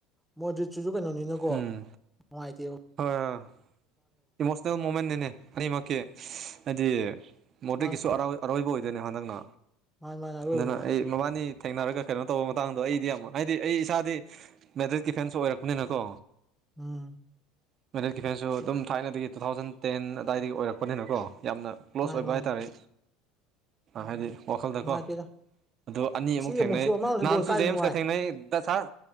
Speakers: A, in the centre; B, on the right (about 30°).
A: ꯃꯣꯏꯗꯨ ꯁꯤꯨꯁꯨ ꯀꯩꯅꯣꯅꯤꯅꯀꯣ
B: ꯎꯝ
A: ꯅꯨꯡꯉꯥꯏꯇꯦ
B: ꯍꯣꯏ ꯏꯃꯣꯁꯅꯦꯜ ꯃꯣꯃꯦꯟ ꯅꯦꯅꯦ ꯍꯅꯤ ꯃꯥꯥꯛꯀꯤ ꯍꯥꯏꯗꯤ
A: ꯃꯥꯅꯤ
B: ꯃꯗ ꯑ ꯑꯔꯣꯏꯕ ꯑꯣꯏ ꯑꯗꯨꯅꯦ ꯍꯟꯗꯛꯅ
A: ꯃꯥꯅꯤ ꯃꯥꯅꯤ ꯑꯔꯣꯏꯕꯅꯤ
B: ꯑꯗꯨꯅ
A: ꯃꯥꯁꯨ
B: ꯑꯩ ꯃꯕꯥꯅꯤ ꯊꯦꯡꯅꯔꯒ ꯀꯩꯅꯣ ꯇꯧꯕ ꯃꯇꯥꯡꯗꯣ ꯑꯩꯗꯤ ꯑꯃꯛ ꯍꯥꯏꯗꯤ ꯑꯩ ꯏꯁꯥꯗꯤ ꯃꯦꯗ꯭ꯔꯤꯠꯀꯤ ꯐꯦꯟꯁꯨ ꯑꯣꯏꯔꯛꯄꯅꯤꯅꯀꯣ
A: ꯎꯝ
B: ꯃꯦꯗꯦꯜ ꯗꯤꯐꯦꯟꯁꯨ ꯑꯗꯨꯝ ꯊꯥꯏꯅꯗꯒꯤ ꯇꯨ ꯊꯥꯎꯖꯟ ꯇꯦꯟ ꯑꯗꯨꯋꯥꯏꯗꯒꯤ ꯑꯣꯏꯔꯛꯄꯅꯤꯅ ꯀꯣ ꯌꯥꯝꯅ ꯀ꯭ꯂꯣꯁ
A: ꯃꯥꯅꯤ
B: ꯑꯣꯏꯕ
A: ꯃꯥꯅꯤ
B: ꯍꯥꯏꯇꯥꯔꯦ ꯍꯥꯏꯗꯤ ꯋꯥꯈꯜꯗꯀꯣ
A: ꯅꯨꯡꯉꯥꯏꯇꯦꯗ
B: ꯑ ꯑꯅꯤꯃꯨꯛ
A: ꯉꯁꯤ
B: ꯊꯦꯡꯅꯩ
A: ꯑꯃꯨꯛꯁꯨ ꯑꯃꯁꯨ
B: ꯅꯍꯥꯟꯁꯨ
A: ꯕꯣꯜ ꯀꯥꯏ
B: ꯖꯦꯝꯁꯀ
A: ꯅꯨꯡꯉꯥꯏ
B: ꯊꯦꯡꯅꯩ ꯗ ꯁꯥꯔ